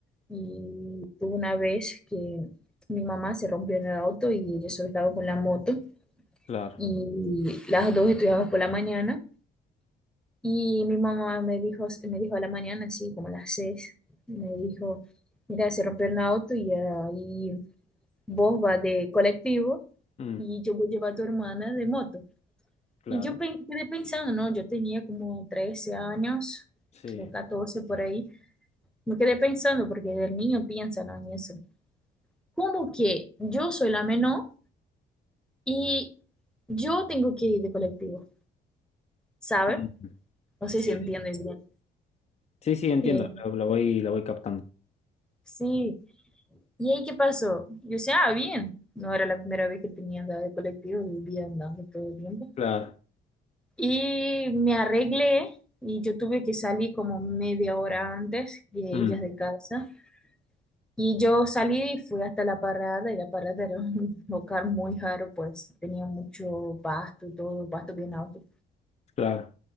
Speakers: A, in the centre; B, on the left (about 35°).
A: y hubo una vez que mi mamá se rompió en el auto y yo solo estaba con la moto
B: claro,
A: y las dos estudiábamos por la mañana y mi mamá me dijo, me dijo a la mañana, así como a las seis, me dijo, mira, se rompió el auto y ahí vos vas de colectivo
B: mm,
A: y yo voy a llevar a tu hermana de moto.
B: claro,
A: Y yo pe- quedé pensando, ¿no? Yo tenía como 13 años
B: sí.
A: o 14 por ahí. Me quedé pensando, porque el niño piensa no en eso. Como que yo soy la menor y yo tengo que ir de colectivo, ¿sabe?
B: mm,
A: No sé
B: Sí,
A: si entiendes bien.
B: sí, sí, entiendo,
A: Eh,
B: lo, lo voy, lo voy captando.
A: sí. ¿Y ahí qué pasó? Yo decía, ah, bien. No era la primera vez que tenía andado de colectivo, vivía andando todo el tiempo.
B: Claro,
A: Y me arreglé y yo tuve que salir como media hora antes de
B: mm,
A: ellas de casa Y yo salí y fui hasta la parada, y la parada era un <laughs> lugar muy raro, pues tenía mucho pasto y todo, pasto bien alto.
B: claro,